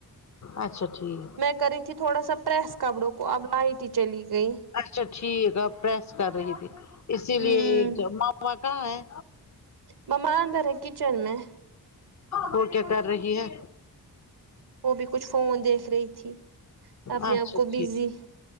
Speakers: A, on the left; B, on the right.
A: اچھا ٹھیک
B: میں کری تھی تھوڑا سا پریس کپڑوں کو اب لائٹ ہی چلی گئی
A: اچھا ٹھیک ہے پریس کر رہی تھی اسی
B: ہوں
A: لیے ایک جو ماما کہاں ہے
B: مما اندر ہے کچن میں
A: وہ کیا کر رہی ہے
B: وہ بھی کچھ فون دیکھ رہی تھی اپنے
A: اچھا
B: آپ کو
A: ٹھیک
B: بزی